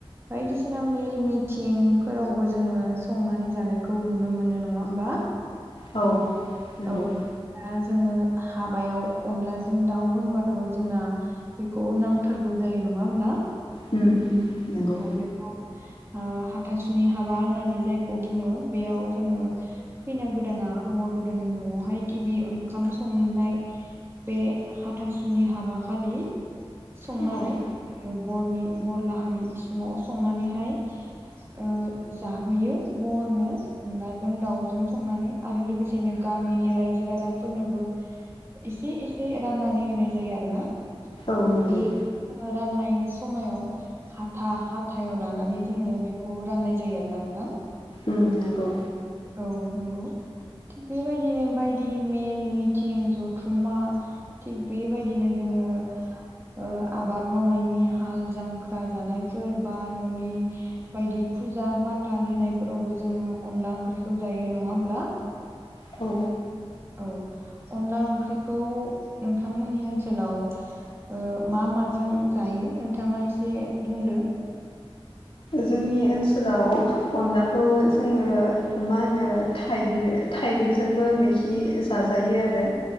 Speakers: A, on the right (about 25°); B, on the left (about 65°).
A: बायदिसि ना मेल मिथिंफोरावबो जोङो संनानै जानायखौ नुनो मोनो नङा होमबा।
B: औ नंगौ
A: औ दा जोङो हाबायाव अनलाजों दाउ होनबाथ' जोंना बेखौ नांथारगौ जायो। नङा होमब्ला।
B: उम। नंगौ
A: औ बेखौ ओ हाथासुनि हाबा होननानै जायखौ बुङो बेयाव जोङो खैना गोदाना हौवा गोदाननि न'आवहाय गिबि ओंखाम संनाय बे हाथासुनि हाबाखलि संनानै
B: औ
A: बरनि बरलाहानि सिङाव संनानैहाय ओ जाहोयो बरनो। अनलाजों दाउजों संनानै आरो लोगोसेनो गामिनि रायजो राजाफोरनोबो एसे एसे राननानै होनाय जायो आरो ना।
B: औ नंगौ
A: बे राननाय समायाव हा था हाथायाव लानानै जोङो बेखौ राननाय जायो आरो ना नोंथां।
B: ओम नंगौ।
A: औ नंगौ। थिग बेबायदिनो बायदि मेल मिथिं जथुमा थिग बेबायदिनो जों ओ ओ आबाद मावनायनि हाल जांख्रा जानायफोर बा न'नि बायदि। फुजा फाथाल होनायफोरावबो जोङो अनला ओंख्रिखौ जायो नङा होमब्ला।
B: औ।
A: औ अनला ओंख्रिखौ नोंथांमोननि ओनसोलाव ओ मा माजों जायो नोंथाङा एसे बुंदो?
B: जोंनि ओनसोलाव अनलाखौ जोङो मा होनो थाइगिर थाइगिरजोंबो मैखि जाजायो आरो